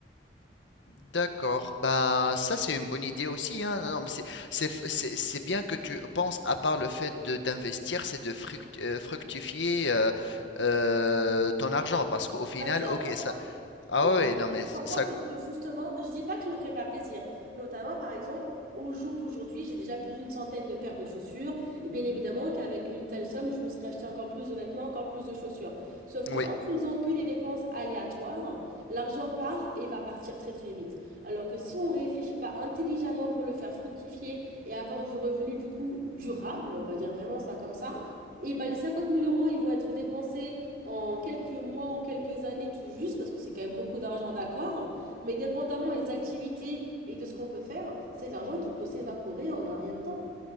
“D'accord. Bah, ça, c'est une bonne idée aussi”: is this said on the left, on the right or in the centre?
Left